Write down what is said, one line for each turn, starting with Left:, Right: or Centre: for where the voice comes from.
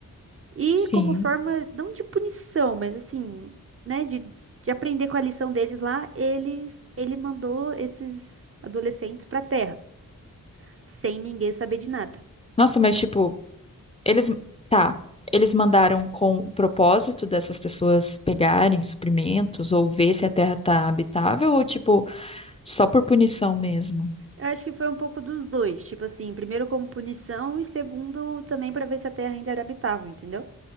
Right: E
Left: sim.
Right: como forma, não de punição, mas assim, né? De, de aprender com a lição deles lá, eles, ele mandou esses adolescentes pra Terra, sem ninguém saber de nada.
Left: Nossa, mas tipo, eles. Tá. Eles mandaram com o propósito dessas pessoas pegarem suprimentos ou ver se a terra tá habitável ou tipo, só por punição mesmo?
Right: Eu acho que foi um pouco dos dois, tipo assim, primeiro como punição e segundo também pra ver se a Terra ainda era habitável, entendeu?